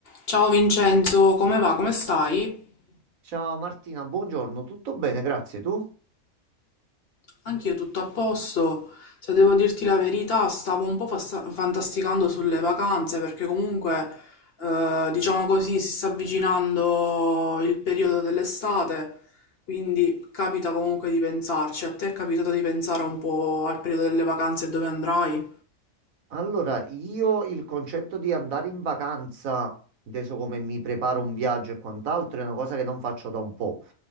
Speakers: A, on the left; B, on the right.
A: Ciao Vincenzo, come va? Come stai?
B: Ciao Martina, buongiorno, tutto bene, grazie. Tu?
A: Anch'io tutto a posto. Se devo dirti la verità, stavo un po' fasta- fantasticando sulle vacanze perché comunque, eh, diciamo così, si sta avvicinando il periodo dell'estate, quindi capita comunque di pensarci. A te è capitato di pensare un po' al periodo delle vacanze e dove andrai?
B: Allora, io il concetto di andare in vacanza, adesso come mi preparo un viaggio e quant'altro, è una cosa che non faccio da un po'.